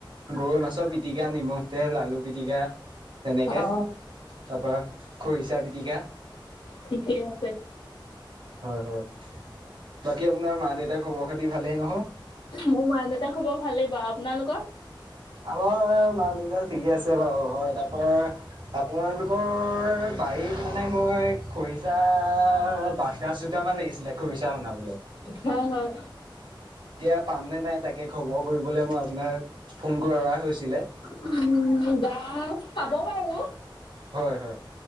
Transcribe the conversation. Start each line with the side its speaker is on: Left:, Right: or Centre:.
Right: গৰৈ মাছৰ পিটিকা, নিমখ তেল আলু পিটিকা, তেনেকে,
Left: অ
Right: তাপা খৰিচা পিটিকা।
Left: ঠিকে আছে।
Right: হয় হয় বাকী আপোনাৰ মা দেউতাক খবৰ খাতি ভালেই নহয়?
Left: মোৰ মা দেউতাক খবৰ ভালেই বাও, আপোনালোকৰ?
Right: আমাৰ মা-দেউতা ঠিকে আছে বাওঁ হয় তাপাৰ আমাৰ আপোনালোকৰ বাৰীত মানে মই খৰিচা বাহগাজ দোটামান লাগিছিলে খৰিচা বনাবলে।
Left: হয় হয়
Right: এতিয়া পাম নে নাই তাকে খবৰ কৰিবলৈ মই আপোনাক ফোন কৰা হৈছিলে।
Left: উম! গাজ পাব বাৰু।
Right: হয় হয়